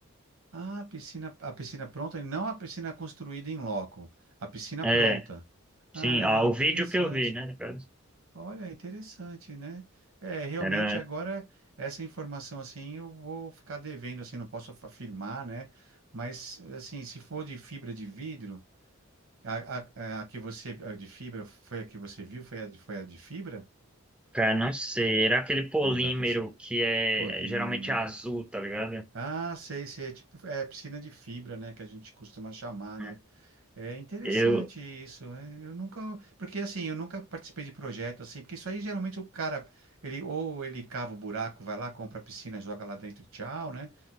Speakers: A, on the right; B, in the centre.
A: Ah, a piscina, a piscina pronta, e não a piscina construída em loco, a piscina
B: É,
A: pronta.
B: sim,
A: Ah, é
B: ah, o
A: interessante.
B: vídeo que eu vi, né, no caso,
A: Olha, interessante, né? É, realmente
B: era,
A: agora essa informação assim eu vou ficar devendo, assim, não posso af- afirmar, né? Mas assim, se for de fibra de vidro, a, a- a que você a de fibra foi a que você viu, foi a, de- foi a de fibra?
B: cara, não sei, era aquele polímero
A: Não dá para ser.
B: que é
A: Polímero,
B: geralmente
A: né?
B: azul, tá ligado?
A: Ah, sei, sei, é tipo, é piscina de fibra, né, que a gente costuma chamar,
B: É,
A: né? É interessante
B: Eu,
A: isso. é, Eu nunca, porque assim, eu nunca participei de projeto assim, porque isso aí geralmente o cara, ele ou ele cava o buraco, vai lá, compra a piscina, joga lá dentro e tchau, né?